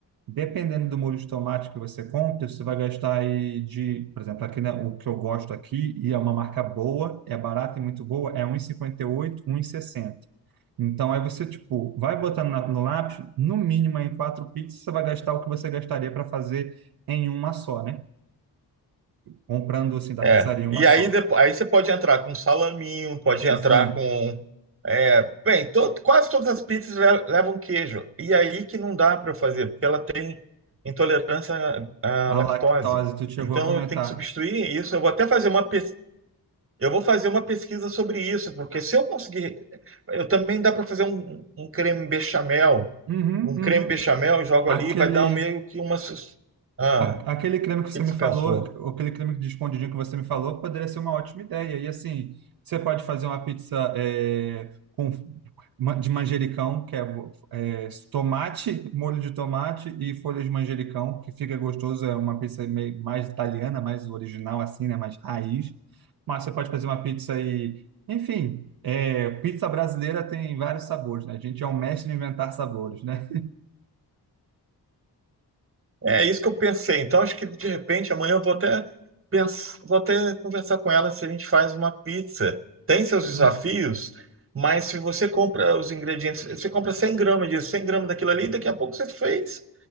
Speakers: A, on the right (about 60°); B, on the right (about 35°).
A: Dependendo do molho de tomate que você compra, você vai gastar aí de, por exemplo, aqui, né, o que eu gosto aqui, e é uma marca boa, é barata e muito boa, é um um 1,58, sessenta. Então, aí você, tipo, vai botando na- no lápis, no mínimo em quatro pizzas, você vai gastar o que você gastaria para fazer em uma só, né? Comprando, assim, da pizzaria
B: É.
A: uma
B: E
A: só.
B: aí depois, aí você pode entrar com salaminho, pode
A: Isso
B: entrar
A: aí.
B: com é, bem, to- quase todas as pizzas le- levam queijo. E aí que não dá para eu fazer, porque ela tem intolerância à
A: A
B: à lactose.
A: lactose, tu chegou
B: Então
A: a comentar.
B: eu tenho que substituir isso. Eu vou até fazer uma pes... eu vou fazer uma pesquisa sobre isso, porque se eu conseguir, eu também dá para fazer um, um creme bechamel
A: Uhum,
B: um
A: uhum.
B: creme bechamel, jogo
A: Aquele.
B: ali, vai dar um meio que uma. sus- Ah,
A: A-
B: o
A: Aquele creme que você
B: que
A: me
B: que você
A: falou,
B: pensou?
A: aquele creme de escondidinho que você me falou, poderia ser uma ótima ideia. E assim, você pode fazer uma pizza é, com ma- de manjericão, que é, é, tomate, molho de tomate e folhas de manjericão, que fica gostoso. É uma pizza meio, mais italiana, mais original, assim, né? Mais raiz. Mas você pode fazer uma pizza e, enfim, é, pizza brasileira tem vários sabores, né? A gente é um mestre em inventar sabores, né?
B: É isso que eu pensei. Então, acho que de repente amanhã eu vou até pens... vou até conversar com ela se a gente faz uma pizza. Tem seus desafios,
A: <laughs>
B: mas se você compra os ingredientes, você compra 100 gramas disso, 100 gramas daquilo ali, daqui a pouco você fez.